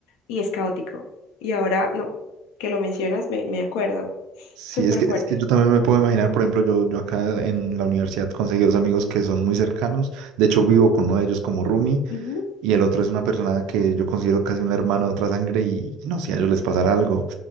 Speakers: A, on the left; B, on the right.
A: y es caótico. Y ahora, no, que lo mencionas, me, me acuerdo.
B: Sí,
A: Súper
B: es que,
A: fuerte.
B: es que yo también me puedo imaginar, por ejemplo, yo, yo acá en la universidad conseguí dos amigos que son muy cercanos, de hecho vivo con uno de ellos como roomie
A: Ujú.
B: y el otro es una persona que yo considero casi un hermano de otra sangre y no, si a ellos les pasara algo,